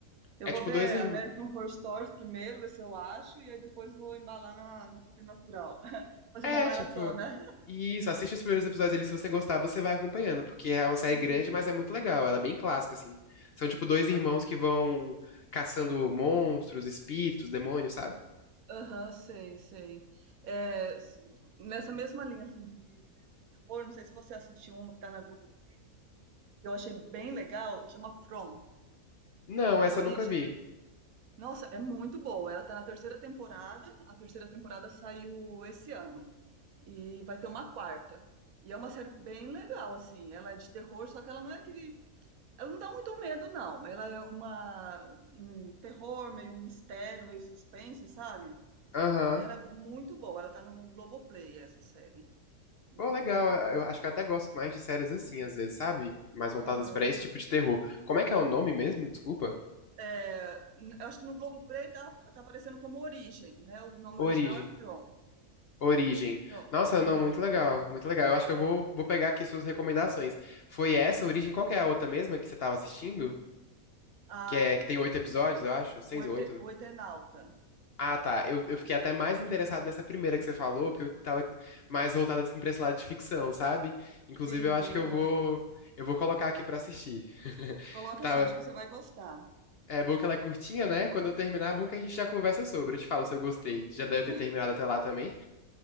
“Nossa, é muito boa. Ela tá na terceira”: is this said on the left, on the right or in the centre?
Right